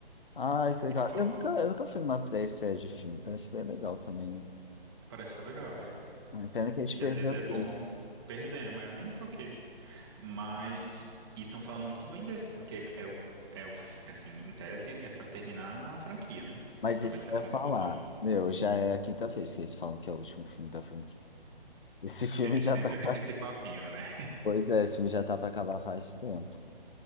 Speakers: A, on the left; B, on the right.
A: Ai, que legal.
B: E tô falando,
A: Eu nunca, eu nunca fui numa pré-estreia de filme, parece bem legal também, né?
B: parece ser legal, é.
A: Ai, pena que a gente
B: E
A: perdeu
B: às vezes é
A: dois.
B: bom perder, mas eu nem me toquei. Mas, e estão falando muito bem desse, porque é o, é o, assim, em tese é pra terminar a franquia, né?
A: Mas
B: Então
A: isso
B: vai ser
A: que eu
B: a conclusão.
A: ia falar, meu, já é a quinta vez que eles falam que é o último filme da franquia. Esse filme
B: Ele
A: já
B: sempre
A: tá.
B: vem com esse papinho, né?
A: Pois é, esse filme já tá pra acabar faz tempo.